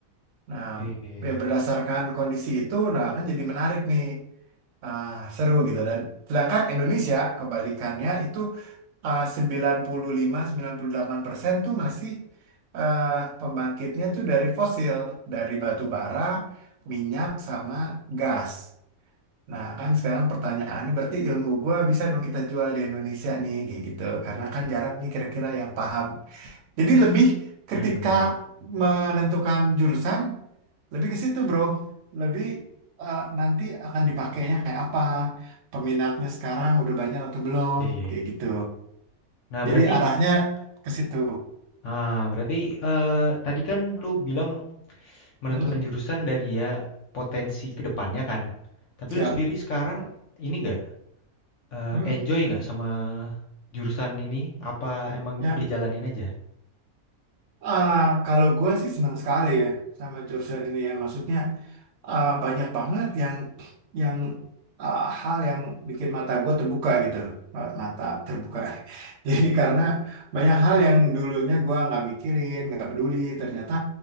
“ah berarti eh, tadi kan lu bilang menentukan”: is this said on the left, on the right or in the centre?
Left